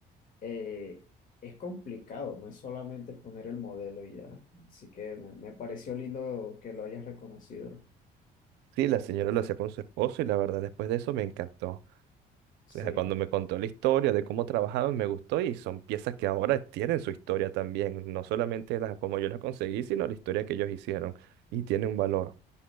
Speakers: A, on the left (about 50°); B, on the right (about 85°).
A: eh, es complicado, no es solamente poner el modelo y ya. Así que me, me pareció lindo que lo hayas reconocido.
B: Sí, la señora lo hacía con su esposo y la verdad después de eso me encantó.
A: Sí.
B: O sea, cuando me contó la historia de cómo trabajaban, me gustó y son piezas que ahora tienen su historia también, no solamente las como yo las conseguí, sino la historia que ellos hicieron y tiene un valor.